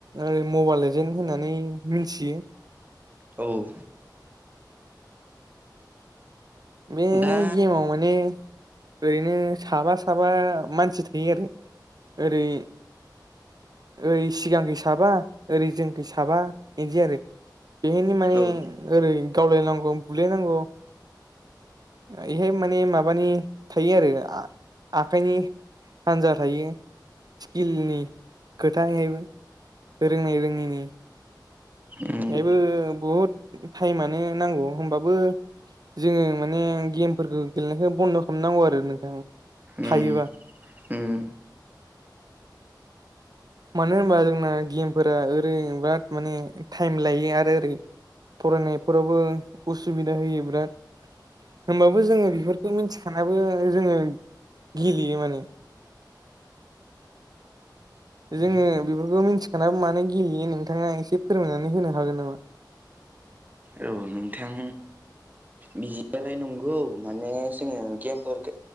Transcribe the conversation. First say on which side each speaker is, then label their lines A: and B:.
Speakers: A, on the right (about 60°); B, on the right (about 20°).
A: ओरै मबाइल एजेन होननानै मिथियो
B: औ
A: बेहाय
B: दा
A: गेमाव माने ओरैनो साबा साबा मानसि थायो आरो ओरै ओरै सिगांखै साबा ओरै जोंखै साबा इदि आरो बेहायनो माने
B: औ
A: ओरै गावलायनांगौ बुलायनांगौ बेहाय माने माबानि थायो आरो आखाइनि हान्जा थायो स्किलनि खोथा थायोबो रोंनाय रोङैनि
B: उम
A: बेहायबो बहुद टाइमानो नांगौ होमबाबो जोङो माने गेमफोरखौ गेलेनायखौ बन्द' खालामनांगौ आरो नोंथां
B: उम
A: हायोबा
B: उम
A: मानो होनबा जोंना गेमफोरा ओरै बिराद माने टाइम लायो आरो ओरै फरायनायफोरावबो उसुबिदा होयो बिराद होमबाबो जोङो बेफोरखौ मिथिखानाबो जोङो गेलेयो माने जोङो बेफोरखौ मिथिखानाबो मानो गेलेयो नोंथाङा एसे फोरमायनानै होनो हागोन नामा
B: औ नोंथां बिदियालाय नंगौ माने जों गेमफोरखो